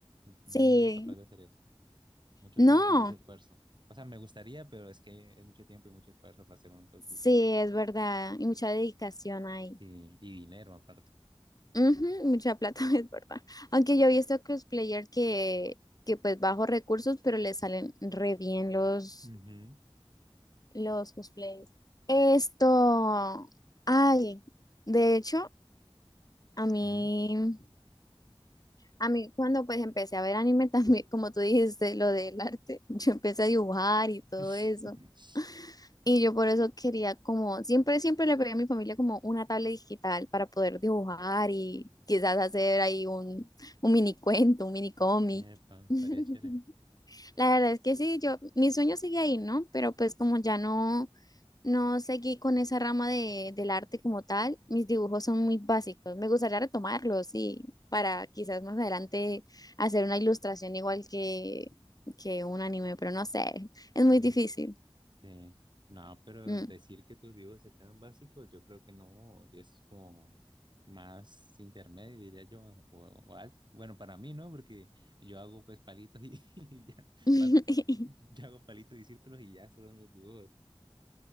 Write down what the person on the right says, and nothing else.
Yo
no sería capaz de hacer eso mucho
tiempo y mucho esfuerzo. O sea, me gustaría, pero es que es mucho tiempo y mucho esfuerzo para hacer un película.
Y, y dinero aparte.
Ujú,
ujú.
<laughs>
Epa, estaría
chévere.
Mm,
sí. No, pero
decir que tus dibujos se quedan básicos, yo creo que no, si es como más intermedio, diría yo, o, o alto. Bueno, para mí, ¿no? Porque yo hago pues palitos y, <laughs> y ya,
pa- yo hago palitos y círculos y ya, esos son mis dibujos.